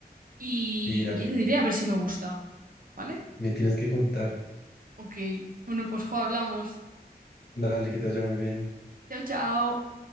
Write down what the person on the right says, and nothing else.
y,
y ya te diré a ver si me gusta, ¿vale?
Ok, bueno, pues jo, hablamos.
Chao, chao.